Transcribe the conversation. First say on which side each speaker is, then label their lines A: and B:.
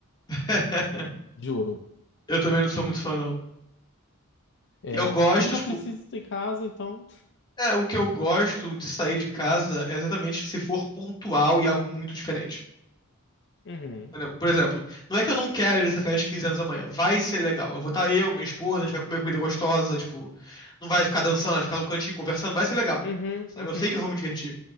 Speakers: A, on the left (about 20°); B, on the left (about 55°).
A: <laughs>
B: Juro.
A: Eu também não sou muito fã, não.
B: É,
A: Eu gosto,
B: tudo que
A: tipo,
B: eu preciso tem em casa, então.
A: é, o que eu gosto de sair de casa é exatamente se for pontual e algo muito diferente.
B: Uhum.
A: Entendeu? Por exemplo, não é que eu não quero ir nessa festa de 15 anos amanhã. Vai ser legal. Eu vou estar eu, minha esposa, a gente vai comer comida gostosa, tipo, não vai ficar dançando, vai ficar num cantinho conversando, vai ser legal.
B: Uhum,
A: Sabe?
B: uhum.
A: Eu sei que eu vou me divertir.